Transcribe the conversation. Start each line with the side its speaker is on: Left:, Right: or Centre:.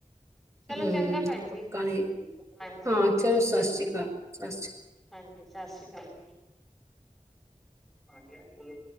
Centre: ਚਲੋ
Right: ਹੂੰ
Centre: ਚੰਗਾ ਭੈਣ
Right: ਪੱਕਾ
Centre: ਜੀ
Right: ਨੀ
Centre: ਹਾਂਜੀ
Right: ਹਾਂ ਚਲੋ ਸਤਿ ਸ੍ਰੀ ਅਕਾਲ। <unintelligible>
Centre: ਹਾਂਜੀ ਸਤਿ ਸ੍ਰੀ ਅਕਾਲ ਜੀ।